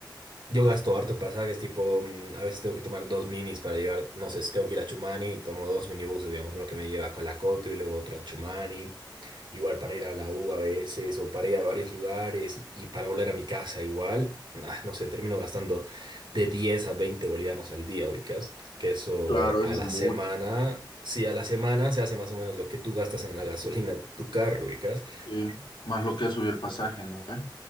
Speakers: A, on the right; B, on the left.
A: yo gasto harto en pasajes, tipo, mm, a veces tengo que tomar dos minis para llegar, no sé, si tengo que ir a Chumani, tomo dos minibuses, digamos, uno que me lleva a Colacoto y luego otro a Chumani, Igual para ir a la U a veces o para ir a varios lugares y, y para volver a mi casa igual, ah, no sé, termino gastando de 10 a 20 bolivianos al día, ubicas, que eso
B: Claro,
A: a
B: eso
A: la
B: es mucho.
A: semana, si a la semana se hace más o menos lo que tú gastas en la gasolina de tu carro, ubicas.
B: Sí, más lo que ha subido el pasaje, ¿no? ve?